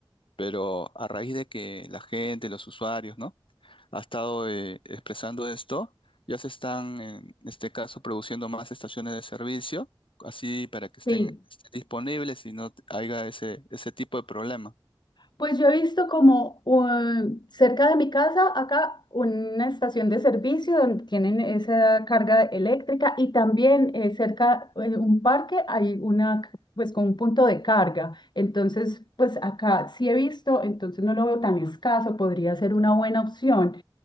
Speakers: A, on the left (about 70°); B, on the left (about 55°).
A: pero a raíz de que la gente, los usuarios, ¿no? ha estado eh, expresando esto. Ya se están, en este caso, produciendo más estaciones de servicio, así para que estén,
B: sí.
A: estén disponibles y no haya ese, ese tipo de problema.
B: Pues yo he visto como um, cerca de mi casa, acá, una estación de servicio donde tienen esa carga eléctrica y también eh, cerca de un parque hay una, c- pues con un punto de carga. Entonces, pues acá sí he visto, entonces no lo veo tan escaso, podría ser una buena opción.